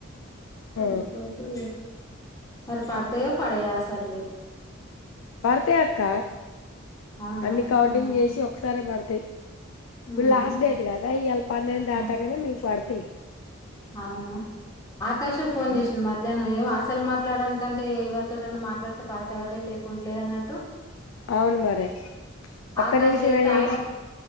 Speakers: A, on the left; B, on the left.
A: ఆ
B: ఏపోయితే మరి పడతయో పడయాసలు
A: పడతాయి అక్క
B: అవునా
A: అన్ని కౌంటింగ్
B: ఉమ్
A: చేసి ఒకసారి పడుత్ అంతే ఇప్పుడు
B: ఉమ్
A: లాస్ట్ డేట్ కదా ఇయల పన్నెండు దాటంగానే
B: ఆ,
A: మీకు పడుత్ తే
B: అవునా ఆకాష్ ఫోన్
A: పడతాయి.
B: చేసిండు మధ్యాహ్నం ఏం ఆ అసలు మాట్లాడనికంటే ఎవరితోటిైనా మాట్లాడితే పడితే వాడే లేకుంటే లేదన్నట్టు
A: అవును మరి ఒక్క
B: ఆకాష్
A: నిమిషమేమి
B: చేస్తే ఆయన